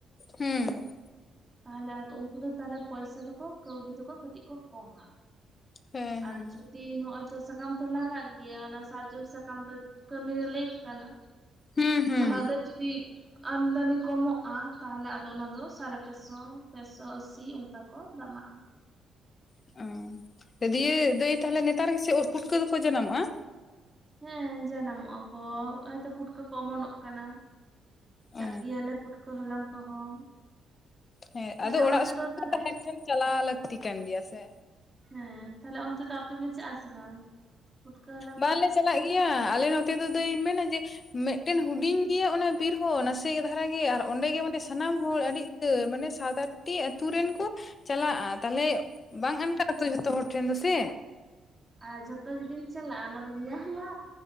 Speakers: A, on the left (about 40°); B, on the right (about 20°).
A: ᱦᱩᱸ
B: ᱦᱮᱸ ᱛᱟᱦᱚᱞᱮ ᱟᱫᱚ ᱩᱱ ᱩᱱᱠᱩ ᱫᱚ ᱛᱟᱦᱚᱞᱮ ᱯᱚᱭᱥᱟ ᱫᱚᱠᱚ ᱠᱟᱹᱣᱰᱤ ᱫᱚᱠᱚ ᱠᱟᱹᱴᱤᱡ ᱠᱚ ᱠᱚᱢᱟ,
A: ᱦᱮᱸ ᱦᱮᱸ
B: ᱟᱨ ᱡᱩᱫᱤ ᱛᱤ ᱦᱚᱸ <unintelligible> ᱥᱟᱠᱟᱢ ᱛᱚ ᱞᱟᱜᱟᱜ ᱜᱮᱭᱟ ᱚᱱᱟ ᱥᱟᱨᱡᱚᱢ ᱥᱟᱠᱟᱢ ᱫᱚ ᱠᱟᱹᱢᱤᱨᱮ ᱞᱤᱠ ᱠᱟᱱᱟ,
A: ᱦᱩᱸ ᱦᱩᱸ
B: ᱛᱟᱦᱚᱞᱮ ᱡᱩᱫᱤ ᱟᱢᱫᱟᱱᱤ ᱠᱚᱢᱚᱜᱼᱟ ᱛᱟᱦᱚᱞᱮ ᱟᱫᱚ ᱚᱱᱟ ᱫᱚ ᱥᱟᱲᱮ ᱯᱮᱥᱚ ᱯᱮ ᱥᱚ <unintelligible> ᱪᱤ ᱚᱱᱠᱟ ᱠᱚ ᱫᱟᱢᱟᱜᱼᱟ,
A: <unintelligible> ᱫᱤᱭᱮ ᱫᱟᱹᱭ ᱛᱟᱦᱞᱮ ᱱᱮᱛᱟᱨ ᱜᱮᱥᱮ ᱩᱫ ᱯᱩᱴᱠᱟᱹ ᱫᱚᱠᱚ ᱡᱟᱱᱟᱢᱚᱜᱼᱟ᱾
B: ᱦᱮᱸ ᱡᱟᱱᱟᱢᱚᱜᱼᱟ ᱠᱚᱻ ᱦᱚᱭᱛᱚ ᱯᱩᱴᱠᱟᱹ ᱠᱚ ᱚᱢᱚᱱᱚᱜ ᱠᱟᱱᱟ᱾ ᱪᱟᱜ
A: ᱚ
B: ᱜᱮᱭᱟᱞᱮ ᱯᱩᱴᱠᱟᱹ ᱦᱟᱞᱟᱝ ᱠᱚᱦᱚᱸ
A: ᱦᱮᱸ
B: ᱛᱟᱦᱞᱮ
A: ᱟᱫᱚ ᱚᱲᱟᱜ
B: ᱚᱱᱛᱮ
A: ᱥᱩᱨ
B: ᱫᱚ
A: ᱠᱚ
B: ᱛᱟᱦᱞᱮ
A: ᱛᱟᱦᱮᱱ ᱠᱷᱟᱱ ᱪᱟᱞᱟᱣ ᱞᱟᱹᱠᱛᱤ ᱠᱟᱱ ᱜᱮᱭᱟ ᱥᱮ,
B: ᱦᱮᱸ ᱛᱟᱦᱞᱮ ᱚᱱᱛᱮ ᱫᱚ ᱟᱯᱮ ᱯᱮ ᱪᱟᱜ ᱟᱥᱮ ᱵᱟᱝ ᱯᱷᱩᱴᱠᱟᱹ ᱦᱟᱞᱟᱝ
A: ᱵᱟᱝᱞᱮ
B: ᱠᱚ?
A: ᱪᱟᱞᱟᱜ ᱜᱮᱭᱟ ᱟᱞᱮ ᱱᱚᱛᱮ ᱫᱚ ᱫᱟ. ᱭ ᱢᱮᱱᱟ ᱡᱮ ᱢᱤᱫᱴᱮᱱ ᱦᱩᱰᱤᱧ ᱜᱮᱭᱟ ᱚᱱᱟ ᱵᱤᱨ ᱦᱚᱸ ᱱᱟᱥᱮ ᱫᱷᱟᱨᱟ ᱜᱮ ᱟᱨ ᱚᱸᱰᱮ ᱜᱮ ᱢᱟᱱᱮ ᱥᱟᱱᱟᱢ ᱦᱚᱲ ᱟᱹᱰᱤ ᱢᱟᱱᱮ ᱥᱟᱛ ᱟᱴ ᱴᱤ ᱟᱛᱳ ᱨᱮᱱ ᱠᱚ ᱪᱟᱞᱟᱜᱼᱟ ᱛᱟᱦᱚᱞᱮ ᱵᱟᱝ ᱟᱱᱴᱟᱜᱼᱟ ᱡᱚᱛᱚ ᱦᱚᱲ ᱴᱷᱮᱱ ᱫᱚ ᱥᱮ,
B: ᱟᱨ ᱡᱚᱛᱚ ᱡᱩᱫᱤᱢ ᱪᱟᱞᱟᱜᱼᱟ ᱚᱱᱟ ᱫᱚᱢ ᱧᱟᱢᱟ,